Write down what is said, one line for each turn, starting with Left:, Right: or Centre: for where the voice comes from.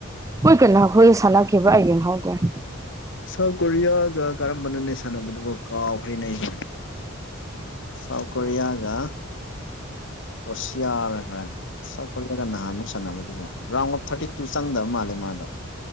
Right: ꯍꯣꯏ ꯀꯩꯅꯣꯈꯣꯏꯒ ꯁꯥꯟꯅꯈꯤꯕ ꯑꯩ ꯌꯦꯡꯍꯧꯗꯦ
Left: ꯁꯥꯎꯠ ꯀꯣꯔꯤꯌꯥꯒ ꯀꯔꯝꯕꯅꯅꯦ ꯁꯥꯟꯅꯕꯗꯨꯕꯨ ꯀꯥꯎꯈ꯭ꯔꯤꯅꯦ ꯑꯩꯩꯅ ꯁꯥꯎꯠ ꯀꯣꯔꯤꯌꯥꯒ ꯔꯁꯤꯌꯥꯔꯒ꯭ꯔꯦ ꯁꯥꯎꯠ ꯀꯣꯔꯤꯌꯥꯒ ꯅꯍꯥꯟꯃꯨꯛ ꯁꯥꯟꯅꯕꯗꯨꯕꯨ ꯔꯥꯎꯟ ꯑꯣꯐ ꯊꯥꯔꯇꯤ ꯇꯨ ꯆꯪꯗꯕ ꯃꯥꯜꯂꯦ ꯃꯥꯗꯣ